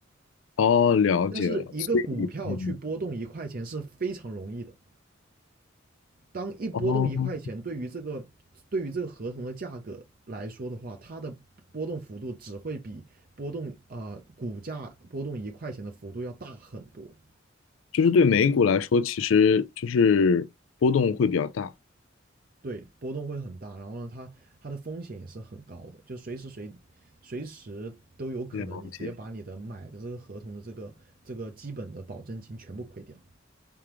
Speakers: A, on the left; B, on the right.
A: 哦，了解了。
B: 但是一个股票去波动一块钱是非常容易的，
A: 所以，嗯，
B: 当一波动一块钱，
A: 哦，
B: 对于这个对于这个合同的价格来说的话，它的波动幅度只会比波动啊、呃股价波动一块钱的幅度要大很多。
A: 就是对美股来说，其实就是波动会比较大。
B: 对，波动会很大，然后呢，它它的风险也是很高的，就随时随随时都有可能你直接把你的买的这个合同的这个这个基本的保证金全部亏掉。
A: 了解，